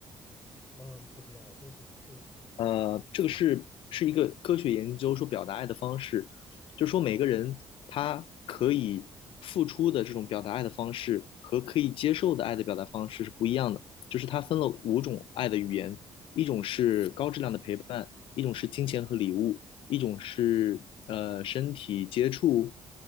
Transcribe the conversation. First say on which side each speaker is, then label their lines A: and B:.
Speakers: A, on the left; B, on the left.
A: 嗯，不知道，这是这是啥？
B: 呃，这个是是一个科学研究说表达爱的方式，就是说每个人他可以付出的这种表达爱的方式和可以接受的爱的表达方式是不一样的。就是它分了五种爱的语言，一种是高质量的陪伴，一种是金钱和礼物，一种是呃身体接触，